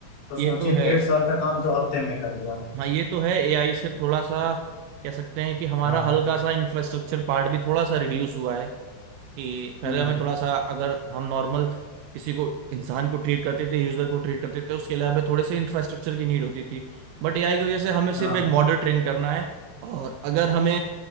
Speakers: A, on the left; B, on the right.
A: तो सोचिए
B: ये तो है
A: डेढ़ साल का काम दो हफ्ते में कर लिया
B: हाँ ये तो है एआई से थोड़ा सा कह सकते हैं कि हमारा
A: हाँ
B: हल्का सा इंफ्रास्ट्रक्चर पार्ट भी थोड़ा सा रिड्यूस हुआ है कि पहले
A: हम्म
B: हमें थोड़ा सा अगर हम नॉर्मल किसी को इंसान को ट्रीट करते थे यूजर को ट्रीट करते थे उसके लिए हमें थोड़े से इंफ्रास्ट्रक्चर की नीड होती थी बट एआई की वजह से हमें सिर्फ
A: हाँ
B: एक मॉडल ट्रेन करना है और अगर हमें